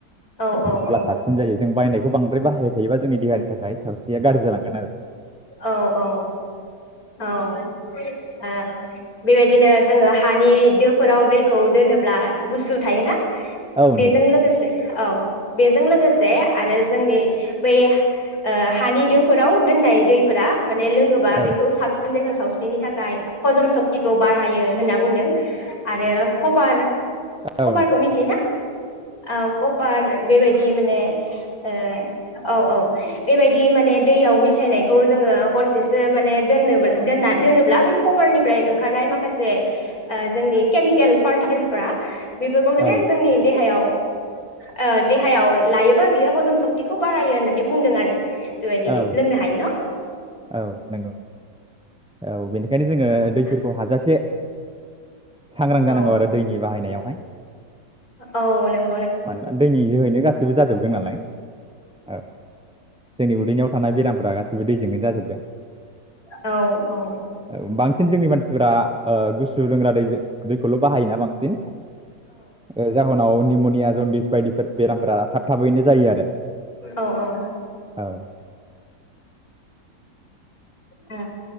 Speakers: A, on the left; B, in the centre.
A: औ
B: अब्ला साबसिन जायो जों बायनाय बांद्राय बाहायबाय थायोबा जोंनि देहानि थाखाय सावस्रिया गाज्रि जालांगोन आरो ।
A: औ औ औ ओ बेबायदिनो जोङो हानि दोफोराव दैखौ दोनोब्ला गुसु थायोना?
B: औ
A: बेजों
B: नंगौ
A: लोगोसे औ बेजों लोगोसे आरो जोंनि बै ओ हानि दोफोराव दोननाय दैफोरा माने लोङोबा
B: औ
A: बेखौ साबसिन <unintelligible> सावस्रिनि थाखाय हजम सक्तिखौ बारायो होनना बुंदों आरो कपार
B: औ
A: खपार खौ मिथियो ना? औ कपार बेबायदि माने ओ औ औ बेबायदि माने दैयाव मिसायनाय खौ जोङो हरसेसो माने दोननोब्ला दोनना दोनोब्ला बे कपारनिफ्राय ओंखारनाय माखासे जोंनि केमिकेल पार्टिकेल्सफोरा बेफोरखौ माने
B: औ
A: जोंनि देहायाव ओ देहायाव लायोबा बियो हजम सक्तिखौ बारायो होननानै बुंदों आरो । बेबायदि
B: औ
A: लोंनो हायो न' ।
B: औ नंगौ । औ बेनि खायनो जोङो
A: औ
B: दैफोरखौ हाजासे सांग्रां
A: औ
B: जानांगौ आरो दैनि बाहायनायाव । <unintelligible>
A: औ नों
B: मानोना दैनि जोहैनो गासि बो जाजोबदों नालाय । औ जोंनि उदैनियाव थानाय बेरामफोरा गासिबो दैजोंनो जाजोबदों ।
A: औ औ
B: औ बांसिन जोंनि मानसिफोरा ओ गुसु लोंग्रा दैजो दैखौल' बाहायोना बांसिन । जाहोनाव निमनिया जनदिस बायदि बेरामफोरा थाब थाबैनो जायो आरो ।
A: औ औ
B: औ
A: ओ